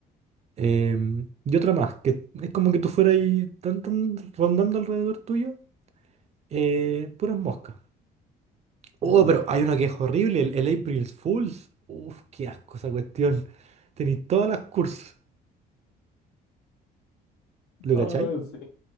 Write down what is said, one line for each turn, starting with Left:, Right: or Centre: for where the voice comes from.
Right: Em, y otra más, que es como que tú fueras ahí tan, tan, rondando alrededor tuyo, eh, puras moscas. Oh,
Left: Mm.
Right: pero hay una que es horrible, el, el April Fools. Uf, qué asco esa cuestión. Tenéis todas las cursos, ¿lo
Left: Oh,
Right: cachai?
Left: sí.